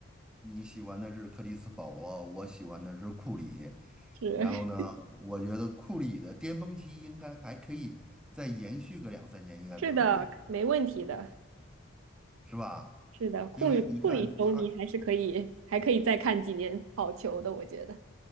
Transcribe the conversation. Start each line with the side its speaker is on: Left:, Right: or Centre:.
Centre: 你喜欢的是克里斯保罗，我喜欢的是库里。
Right: 是
Centre: 然后呢，我觉得库里的巅峰期应该还可以再延续个两三年，
Right: <laughs>
Centre: 应该没问题，
Right: 是的，没问题的，
Centre: 是吧？
Right: 是的，库里库里球迷还是可以，
Centre: 因为你看他，
Right: 还可以再看几年好球的，我觉得。